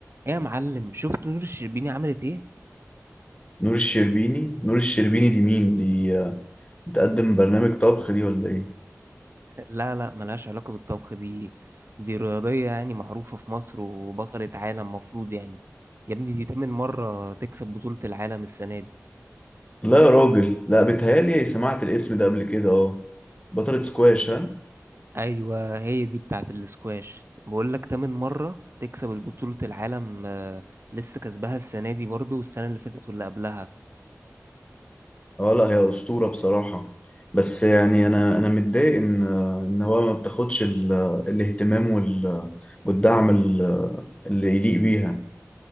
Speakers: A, on the right; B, on the left.
A: ايه يا معلم شفت نور الشربيني عملت ايه
B: نور الشربيني نور الشربيني دي مين دي آه، بتقدم برنامج طبخ دي ولا ايه
A: لا لا ملهاش علاقة بالطبخ دي دي رياضية يعني معروفة في مصر وبطلة عالم مفروض يعني يا ابني دي تامن مرة تكسب بطولة العالم السنة دي
B: لا يا راجل لا بتهيالي سمعت الاسم ده قبل كده اه بطلة سكواش ها
A: ايوه هي دي بتاعة الاسكواش بقول لك تامن مرة تكسب البطولة العالم آه، لسه كسبها السنة دي برضو والسنة اللي فاتت واللي قبلها
B: اه لا هي أسطورة بصراحة بس يعني انا انا متضايق ان آه، ان هو ما بتاخدش ال- آه، الاهتمام وال- آه، والدعم ال- آه، اللي يليق بيها